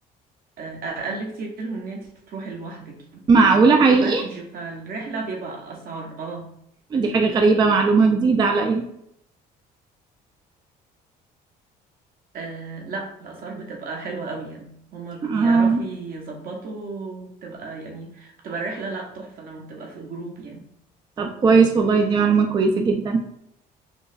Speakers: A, on the right (about 60°); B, on the right (about 25°).
A: آه، اقل كتير من ان انت تروحي لوحدك يعني
B: معقولة حقيقي
A: الباكج بتاع الرحلة بيبقى اسعار اه
B: دي حاجة غريبة معلومة جديدة عليا
A: آه لا الأسعار بتبقى حلوة قوي يعني هما بيعرفوا
B: اه
A: يظبطوا بتبقى يعني بتبقى الرحلة لا تحفة لما بتبقى في جروب يعني
B: طب كويس والله دي معلومة كويسة جدا